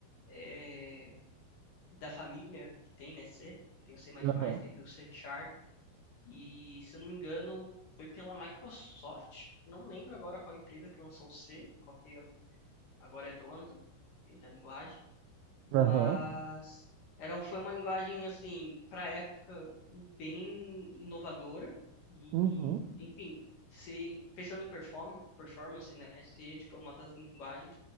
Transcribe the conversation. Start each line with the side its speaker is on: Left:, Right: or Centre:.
Left: é, da família que tem, né? C, que tem o C++,
Right: Aham,
Left: tem o C Sharp. E, se eu não me engano, foi pela Microsoft. Não lembro agora qual empresa que lançou o C, qual que é, agora é dona do, enfim, da linguagem. mas
Right: aham,
Left: era, foi uma linguagem assim para a época bem inovadora e,
Right: uhum,
Left: e, enfim ser pensando em perform, performance né ser tipo uma das linguagens